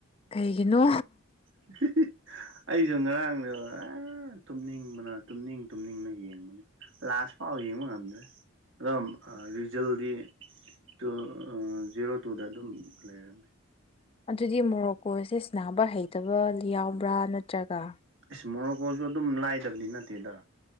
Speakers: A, on the left (about 25°); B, on the right (about 60°).
A: ꯀꯩꯒꯤꯅꯣ꯫
B: <unintelligible> ꯑꯩꯁꯨ ꯉꯔꯥꯡꯗꫭ ꯑꯥ ꯇꯨꯝꯅꯤꯡꯕꯅ ꯇꯨꯝꯅꯤꯡ ꯇꯨꯝꯅꯤꯡꯅ ꯌꯦꯡꯕꯅꯦ꯫ ꯂꯥꯁ ꯐꯥꯎ ꯌꯦꯡꯕ ꯉꯝꯗ꯭ꯔꯦ ꯑꯗꫭꯝ ꯔꯤꯖꯜꯗꯤ ꯇꯨ ꯑ ꯖꯦꯔꯣ ꯇꯨꯗ ꯑꯗꯨꯝ ꯂꯩꯔꯝꯃꯦ꯫
A: ꯑꯗꯨꯗꯤ ꯃꯣꯔꯣꯛꯀꯣꯁꯦ ꯁ꯭ꯅꯥꯕ ꯍꯩꯇꯕ ꯌꯥꯎꯕ꯭ꯔꯥ ꯅꯠꯇ꯭ꯔꯒ
B: ꯏꯁ ꯃꯣꯔꯣꯀꯣꯁꯨ ꯑꯗꯨꯝ ꯂꯥꯏꯗꯕꯅꯤ ꯅꯠꯇꯦꯗ꯫